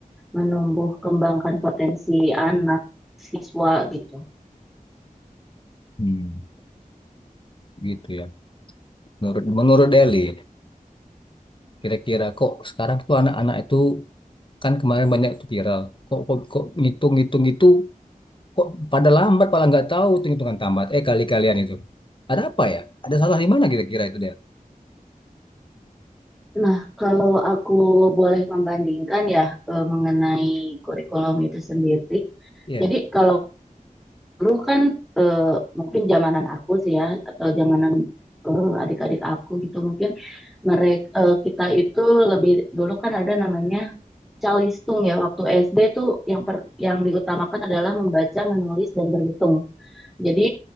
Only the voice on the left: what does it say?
Hmm. Gitu ya. Menurut menurut Deli. Kira-kira kok sekarang tuh anak-anak itu kan kemarin banyak tuh viral. Kok kok, kok ngitung-ngitung itu kok pada lambat malah nggak tahu tuh hitungan tamat. Eh kali-kalian itu. Ada apa ya? Ada salah di mana kira-kira itu dia?
Iya.